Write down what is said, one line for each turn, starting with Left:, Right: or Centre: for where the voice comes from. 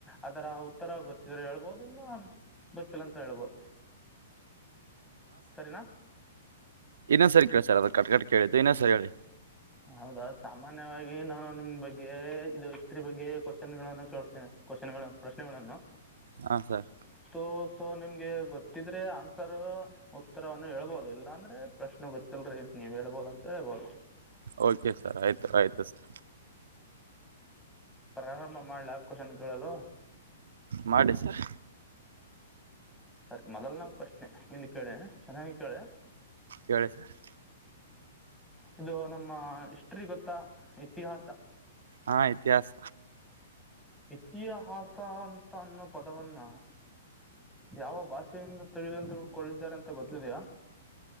Centre: ಅದರ ಉತ್ತರ ಗೊತ್ತಿದ್ರ ಹೇಳ್ಬೋುದಿಲ್ಲ ಗೊತ್ತಿಲ್ಲ ಅಂತ ಹೇಳ್ಬೋುದು ಸರಿನಾ
Right: ಇನ್ನೊ ಸರಿ ಕೇಳಿ ಸರ್ ಅದ ಕಟ್ ಕಟ್ ಕೇಳಿದ್ದು ಇನ್ನೊನ್ ಸರಿ ಹೇಳಿ
Centre: ಹೌದ ಸಾಮಾನ್ಯ ನಾನು ನಿಮ್ ಬಗ್ಗೆ ಇದು ಇಸ್ತ್ರಿ ಬಗ್ಗೆ ಕ್ವ ಕನ್ ಗಳನ್ನು ಕೇಳುತ್ತೇನೆ ಕ್ವಶನ್ ಗಳ ಪ್ರಶ್ನೆಗಳನ್ನು
Right: ಹಾ ಸರ್
Centre: ಸೋ ಸೊ ನಿಮ್ಗೆ ಗೊತ್ತಿದ್ರೆ ಆನ್ಸರ್ ಉತ್ತರವನ್ನು ಹೇಳ್ಬೋದು ಇಲ್ಲ ಅಂದ್ರೆ ಪ್ರಶ್ನೆ ಗೊತ್ತಿಲ್ರಿ ನೀವ್ ಹೇಳ್ಬೋದು ಅಂತ ಹೇಳ್ಬೋದು
Right: ಓಕೆ ಸರ್ ಆಯ್ತು ಆಯ್ತು ಸರ್
Centre: ಪ್ರಮ್ಮ ಮಾಡ್ಲ ಅಕೋಷನ್ ಕೇಳಲ್ಲ
Right: ಮಾಡಿ ಸರ್
Centre: ಸರಿ ಮೊದಲ್ನ ಪ್ರಶ್ನೆ ನಿಲ್ಲಿ ಕೇಳೆ ಚೆನ್ನಾಗಿ ಕೇಳೆ
Right: ಕೇಳಿ ಸರ್
Centre: ಇದು ನಮ್ಮ ಹಿಸ್ಟ್ರಿ ಗೊತ್ತ ಇತಿಹಾಸ
Right: ಹಾ ಇತಿಹಾಸ
Centre: ಎ <inaudible> ಇತಿಹಾಸ ಅಂತ ಅನ್ನೋ ಪದವನ್ನ ಯಾವ ಭಾಷೆಯನ್ನ ತಿಳಿದಂತ ಕೊಳ್ಳಿದ್ದಾರೆ ಅಂತ ಗೊತ್ತಲಿದೆಯಾ